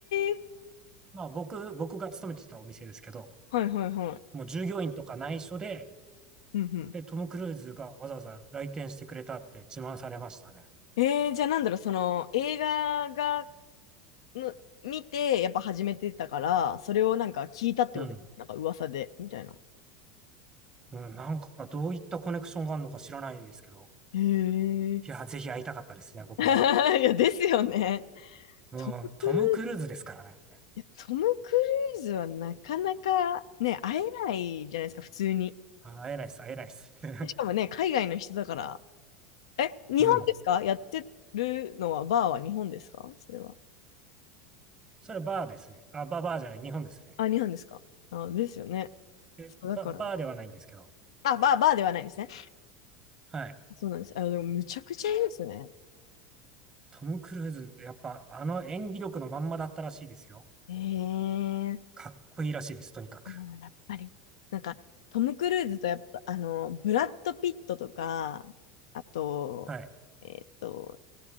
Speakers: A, on the left (about 80°); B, on the right (about 25°).
A: ー、
B: まあ僕、僕が勤めてたお店ですけど、
A: はいはいはい。
B: もう従業員とか内緒で
A: うん
B: で、トム・クルーズがわざわざ来店してくれたって自慢されましたね。
A: うん。えー、じゃあなんだろう、その映画がの見て、やっぱ始めてたから、それをなんか聞いたってこと、
B: うん。
A: なんか噂で、みたいな。
B: うん、なんかどういったコネクションがあるのか知らないですけど、
A: へえ。
B: いや、ぜひ会いたかったですね、
A: <laughs>
B: 僕も。
A: いや、ですよね。
B: うん、
A: トム・クルーズ、
B: トム・クルーズですからね。
A: いや、トム・クルーズはなかなかね、会えないじゃないですか、普通に。
B: あ会えないです、会えないです。<laughs>
A: しかもね、海外の人だから。え、日本ですかやってるのは、
B: うん。
A: バーは日本ですかそれは。
B: それバーですね。あ、バー、バーじゃない、日本ですね。
A: あ、日本ですかあ、ですよね。
B: えババーではないんですけど。
A: そう、だからね。あ、バー、バーではないですね。
B: はい。
A: そうなんです。あ、でも、むちゃくちゃいいですね。
B: トム・クルーズ、やっぱあの演技力のまんまだったらしいですよ。
A: ええ
B: かっこいいらしいです、とにかく。
A: あのやっぱり。なんか、トム・クルーズとやっぱ、あの、ブラッド・ピットとか、あと、
B: はい。
A: えっと、